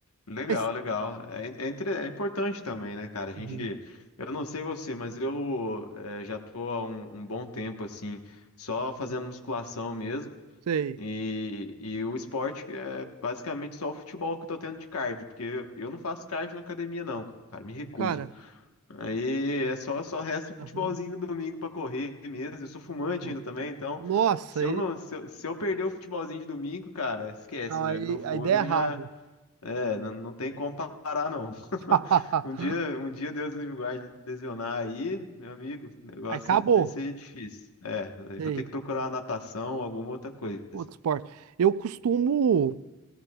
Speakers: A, on the left (about 75°); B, on the right (about 75°).
A: legal,
B: Mas,
A: legal. É, é, entre- é importante também, né, cara? A gente.
B: uhum,
A: Eu não sei você, mas eu eh, já tô há um, um bom tempo, assim, só fazendo musculação mesmo.
B: sei.
A: E, e o esporte é basicamente só o futebol que eu tô tendo de cardio, porque eu, eu não faço cardio na academia, não, cara, me recuso.
B: Cara,
A: Aí é só, só resta o
B: aham.
A: futebolzinho do domingo pra correr mesmo. Eu sou fumante
B: aham.
A: ainda também, então
B: Nossa,
A: se eu não, se eu, se eu perder o futebolzinho de domingo, cara, esquece,
B: Aí,
A: meu, meu fôlego
B: aí der errado.
A: já é, não, não tem como parar, não. <laughs>
B: <laughs>
A: Um dia, um dia Deus livre e guarde lesionar aí, meu amigo, o negócio
B: Aí acabou.
A: vai ser difícil. É, vou
B: Sei.
A: ter que procurar uma natação ou alguma outra coisa.
B: Outro esporte. Eu costumo.